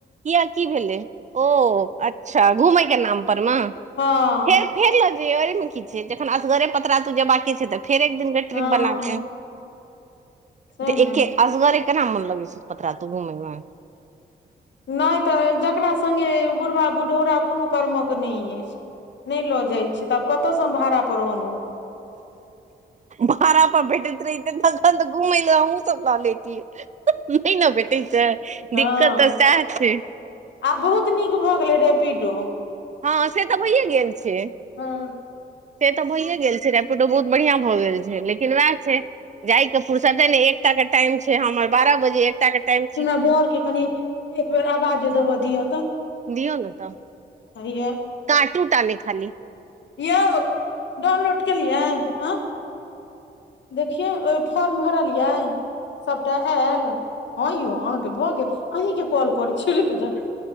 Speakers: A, on the right (about 40°); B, on the left (about 70°).
A: किया कि भेलै ओ अच्छा घुमै के नाम पर मे
B: हँ
A: फेर फेर लो ज औ मे की छै जखन असगरे पतरा तू जेबाकी छै त फेर एक दिन के
B: हँ
A: ट्रिप बना के
B: सैह
A: तऽ
B: ने
A: एके असगरे एक ने मन लगै सु पत्र रह तू घुमैमे
B: नहि तऽ जकरा संघे बुढ़बा बुढ़ौरा कोनो कर्मक नहि अछि नहि लऽ जाइत छी तऽ आब कतयसँ हम भाड़ापर अनहूँ
A: बर पर बैठ रहत घूमै हैं सभ ला लेती है नहि ने भेटी छै
B: हँ
A: दिक्कत तऽ सए छै।
B: आब बहुत नीक भऽ गेलै रैपिडो।
A: हँ से तऽ भइए गेल छै।
B: हँ
A: से तऽ भइे गेल छै रैपिडो बहुत बढ़िआ भऽ गेल छै लेकिन वएह छै जाइ के फर्सते ने एकटा के टाइम छै हमर बारह बजे एकटा के टाइम छै।
B: बरके कनी एक बेर आवाज देबऽ दिह तऽ
A: दियऔ ने तऽ
B: हैया
A: काटूटाले खाली।
B: यौ डाउनलोड केलियै आ देखियै ओहि फॉर्म भरलियै। सभटा आयल हँ यौ अहाँकेँ भऽ गेल अही केँ कॉल करे छड़क जाउ